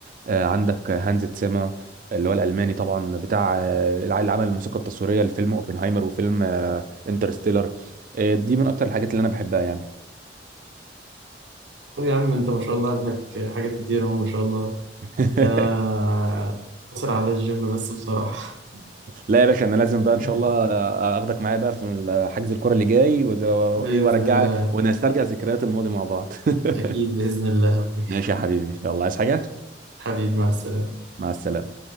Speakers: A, on the right; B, on the right.
A: آه، عندك هانز تسيما اللي هو الالماني طبعا بتاع آه، اللي عمل الموسيقى التصويريه لفيلم اوبنهايمر وفيلم آه، انترستيلر آه، دي من اكتر الحاجات اللي انا بحبها يعني
B: طب يا عم أنت ما شاء الله عندك حاجات كتير أهو ما شاء الله
A: <laughs>
B: أنا أقتصر على الجيم بس بصراحة
A: لا يا باشا انا لازم بقى
B: <laughs>
A: ان
B: آه.
A: شاء الله آه، اخدك معايا بقى في حجز الكرة اللي جاي وده-
B: بإذن
A: وايه وارجعك
B: الله
A: ونسترجع ذكريات الماضي مع بعض <laughs>
B: أكيد بإذن الله يا أخوي
A: ماشي يا حبيبي يلا عايز حاجه
B: حبيبي مع السلامة
A: مع السلامه